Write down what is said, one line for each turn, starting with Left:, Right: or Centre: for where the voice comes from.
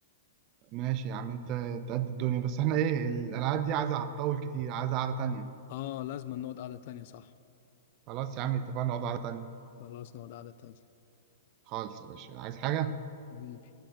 Right: ماشي يا عم انت انت قد الدنيا بس احنا ايه الالعاب دي عايزه هتطول كتير عايزه قعده تانية
Left: اه لازم نقعد قعده تانية صح
Right: خلاص يا عم اتفقنا نقعد قعده تانية
Left: خلاص نقعد قعدة تانية
Right: خالص يا باشا عايز حاجه
Left: حبيبي